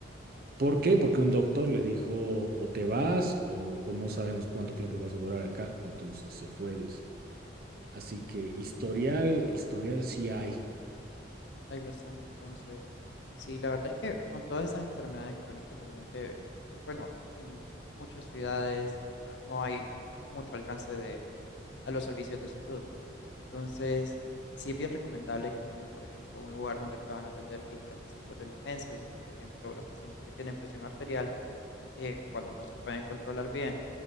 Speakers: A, on the right; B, on the left.
A: ¿Por qué? Porque un doctor le dijo o te vas o, o no sabemos cuánto tiempo vas a durar acá, entonces se fue, dice. Así que historial, historial sí hay.
B: Hay bastante, entonces, sí, la verdad es que con todas esas enfermedades crónicas realmente, bueno, en muchas ciudades ah, no hay mucho alcance de, a los servicios de salud, ¿no? Entonces, sí es bien recomendable que tengan, por ejemplo, un lugar donde puedan atender diferentes tipos de emergencias, por ejemplo, los pacientes que tienen presión arterial eh, cuando no se pueden controlar bien,